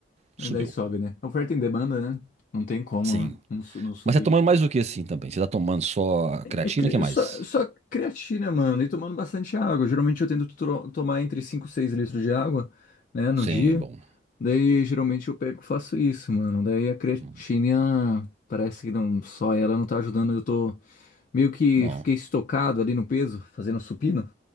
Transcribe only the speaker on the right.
subiu.
Sim.
Mas você tá tomando mais do que assim também? Você tá tomando só a creatina,
o que mais?
Sim,
bom.
Hum.
Não,